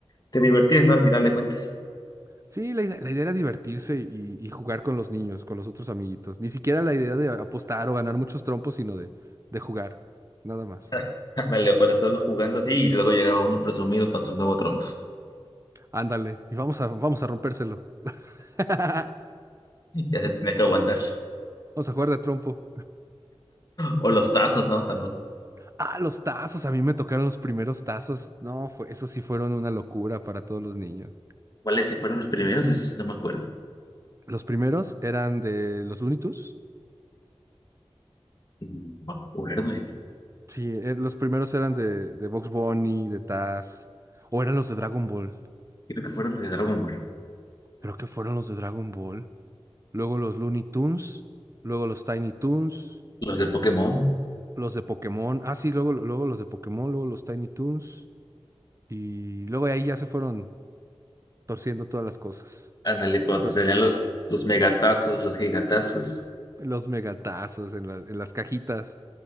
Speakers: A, on the left; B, on the right.
A: te divertías, ¿no? Al final de cuentas.
B: Sí, la idea, la idea era divertirse y, y jugar con los niños, con los otros amiguitos. Ni siquiera la idea de apostar o ganar muchos trompos, sino de, de jugar. Nada más.
A: <laughs> Ándale, cuando estabas jugando así y luego llegaba uno presumido con su nuevo trompo.
B: Ándale, y vamos a, vamos a rompérselo. <laughs>
A: <laughs> Ya se tenía que aguantar.
B: Vamos a jugar de trompo.
A: O los tazos, ¿no? También.
B: Ah, los tazos. A mí me tocaron los primeros tazos. No, fue, esos sí fueron una locura para todos los niños.
A: ¿Cuáles sí fueron los primeros? Eso sí no me acuerdo.
B: Los primeros eran de los Looney Tunes.
A: Mm, No me acuerdo, eh.
B: Sí, eh, los primeros eran de, de Bugs Bunny, de Taz. O eran los de Dragon Ball.
A: Creo que fueron los de Dragon Ball.
B: Creo que fueron los de Dragon Ball. Luego los Looney Tunes. Luego los Tiny Toons.
A: Los de Pokémon.
B: Los de Pokémon. Ah, sí, luego, luego los de Pokémon. Luego los Tiny Toons. Y luego de ahí ya se fueron torciendo todas las cosas.
A: Ándale, cuando
B: Pero
A: te salían los, los megatazos, los gigatazos.
B: los megatazos en la- en las cajitas.